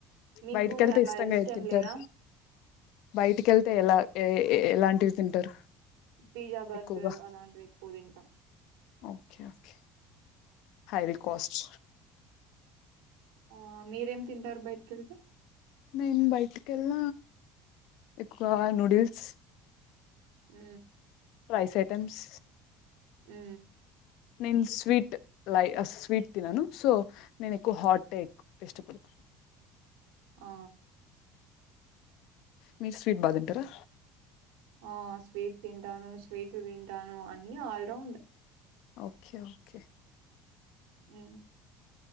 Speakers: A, on the right; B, on the left.
A: మీకు
B: బయటికి వెళ్తే
A: అట్లా
B: ఇష్టంగా
A: లిస్ట్ ఏం
B: తింటారు
A: లేదా
B: బయటికి వెళ్తే ఎలా లాంటివి తింటారు
A: పిజ్జా బర్గర్
B: ఎక్కువగా
A: అలాంటివి ఎక్కువ తింటాం
B: ఓకే ఓకే హైలీ కాస్ట్
A: ఆ మీరేం తింటారు బయటికి వెళ్తే
B: నేను బయటికి వెళ్ళ ఎక్కువ నూడిల్స్
A: అ
B: రైస్ ఐటెమ్స్
A: ఆ
B: నేను స్వీట్ లై స్వీట్ తినను సో నేను ఎక్కువ హాట్ హె ఎక్కువ ఇష్టపడత
A: ఆ
B: మీ స్వీట్ బా తింటారా
A: ఆ స్వీట్ తింటాను స్వీట్లు తింటాను అన్ని ఆల్రౌండ్
B: ఓకే ఓకే
A: అ